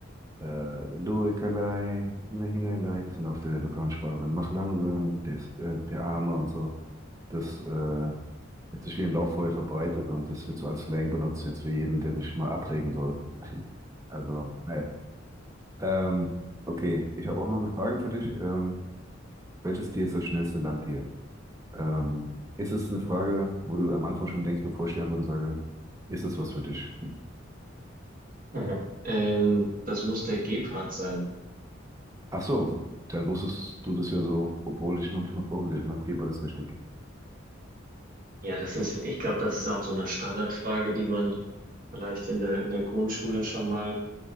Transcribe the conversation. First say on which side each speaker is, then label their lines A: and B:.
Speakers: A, on the right (about 15°); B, on the right (about 45°).
A: Äh, Luikerlei, Hine Hinelei, das sind auf der lokalen Sprache dann Machlangwürm, der, ist, äh, der Arme und so. Das äh, hat sich wie ein Lauffeuer verbreitet und das wird so als Slang benutzt jetzt für jeden, der sich mal abregen soll. <laughs> Also, naja. Ähm, okay, ich habe auch noch eine Frage für dich. Ähm, welches Tier ist das schnellste Landtier? Ähm, ist es eine Frage, wo du am Anfang schon denkst, bevor ich die Antworten sage, ist das was für dich?
B: Mhm. Ähm, das muss der Gepard sein.
A: Ach so, dann wusstest du das ja so, obwohl ich noch nicht mal vorgelesen habe. Hier war das richtig.
B: Ja, das ist, ich glaube, das ist auch so eine Standardfrage, die man vielleicht in der, in der Grundschule schon mal